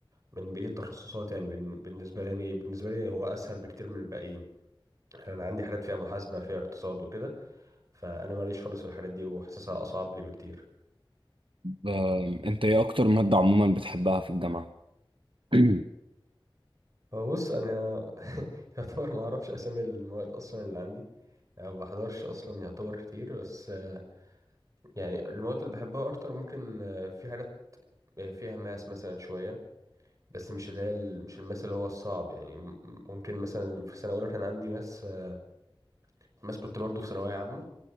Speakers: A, on the right; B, on the right.
A: من بقيه التخصصات يعني بن- بالنسبه لي يعني بالنسبه لي هو اسهل بكتير من الباقيين يعني انا عندي حاجات فيها محاسبه فيها اقتصاد وكده فانا ماليش خالص في الحاجات دي وحاسسها اصعب لي بكتير
B: أم، أنت إيه أكتر مادة عموما بتحبها في الجامعة؟ <clears throat>
A: هو بص انا <laughs> يعتبر ما اعرفش اسامي المواد اصلا اللي عندي يعني ما بحضرش اصلا يعتبر كتير بس آه، يعني المواد اللي بحبها اكتر ممكن آه، في حاجات آه، فيها ماس مثلا شويه بس مش اللي هي ال- مش الماس اللي هو الصعب يعني م- ممكن مثلا في سنه اولى كان عندي ماس آه، ماس كنت برضه في ثانويه عامه